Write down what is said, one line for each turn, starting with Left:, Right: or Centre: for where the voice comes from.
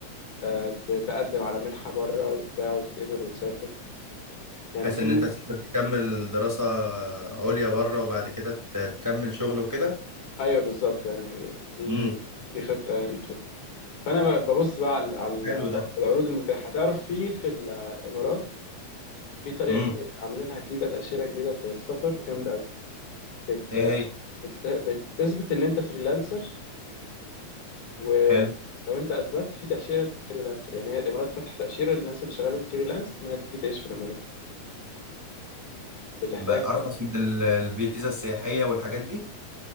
Left: آه، ت- تقدم على منحة بره وبتاع وتتقبل وتسافر يعني
Centre: بحيث
Left: وفي
Centre: ان انت تسافر تكمل دراسة عليا بره وبعد كده ت- تكمل شغل وكده
Left: ايوه بالظبط يعني دي
Centre: امم
Left: دي خطة يعني من الخطط فانا ب- ببص بقى على على
Centre: حلو ده
Left: العروض المتاحة تعرف في في الامارات في طريقة
Centre: امم
Left: كده عاملينها جديدة تأشيرة جديدة في السفر جامدة قوي بت
Centre: ايه هي
Left: بت- بتثبت ان انت فريلانسر ولو
Centre: حلو
Left: انت اثبت في تأشيرة فريلانسر يعني هي الامارات فاتحة تأشيرة للناس اللي شغالين فريلانس انها تيجي تعيش في الامارات بتحتاج
Centre: بقى ارخص من ال- الفيزا السياحية والحاجات دي